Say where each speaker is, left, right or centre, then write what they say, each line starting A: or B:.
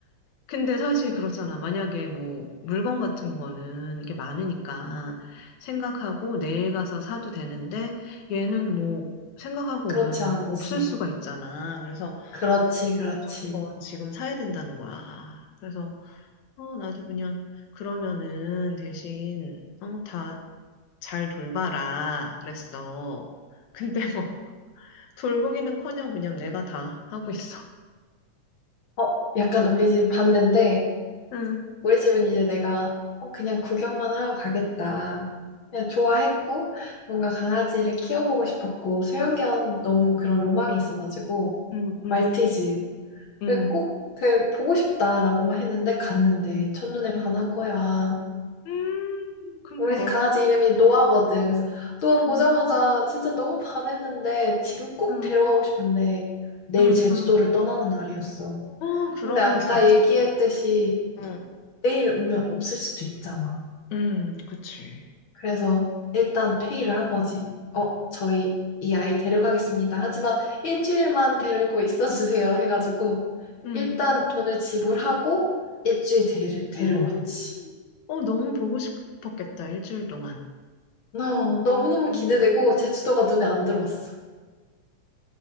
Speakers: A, on the left (about 80°); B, on the left (about 55°).
A: 근데 사실 그렇잖아. 만약에 뭐 물건 같은 거는 이게 많으니까 생각하고 내일 가서 사도 되는데 얘는 뭐 생각하고
B: 그렇지
A: 오면
B: 않지.
A: 없을 수가 있잖아. 그래서
B: 그렇지, 그렇지.
A: 무조건 지금 사야 된다는 거야. 그래서 어, 나도 그냥 그러면은 대신 어, 다 잘 돌봐라 그랬어. 근데 뭐 돌보기는커녕 그냥 내가 다 하고 있어.
B: 어, 약간 우리 집 반대인데
A: 응,
B: 우리 집은 이제 내가 어, 그냥 구경만 하러 가겠다. 그냥 좋아했고, 뭔가 강아지를 키워보고 싶었고, 소형견 너무 그런 로망이 있어가지고,
A: 응, 응,
B: 말티즈를
A: 응,
B: 꼭 그, 보고 싶다라고만 했는데, 갔는데, 첫눈에 반한
A: 응.
B: 거야.
A: 음, 그니까.
B: 우리 집 강아지 이름이 노아거든. 그래서 노아 보자마자
A: 응,
B: 진짜 너무 반했는데, 지금 꼭
A: 응,
B: 데려가고 싶은데, 내일
A: 응,
B: 제주도를
A: 응.
B: 떠나는 날이었어.
A: 어, 그러면
B: 근데 아까
A: 진짜.
B: 얘기했듯이,
A: 어, 응,
B: 내일 오면 없을 수도 있잖아.
A: 응, 그치.
B: 그래서
A: 응,
B: 일단 페이를 한 거지. 어, 저희 이 아이 데려가겠습니다. 하지만 일주일만 데리고 있어 주세요. 해가지고
A: 응,
B: 일단 돈을 지불하고 일주일 데려, 데려왔지.
A: 음. 어, 너무 보고 싶었겠다, 일주일 동안.
B: 어, 너무너무
A: 음.
B: 기대되고 제주도가 눈에 안 들어왔어.